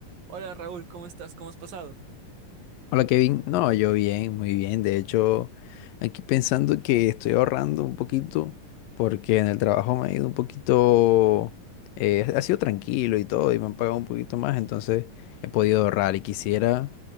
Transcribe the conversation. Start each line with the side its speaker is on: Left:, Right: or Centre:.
Right: Hola Raúl, ¿cómo estás? ¿Cómo has pasado?
Left: Hola Kevin, no, yo bien, muy bien. De hecho, aquí pensando que estoy ahorrando un poquito porque en el trabajo me ha ido un poquito, eh, ha sido tranquilo y todo y me han pagado un poquito más, entonces he podido ahorrar y quisiera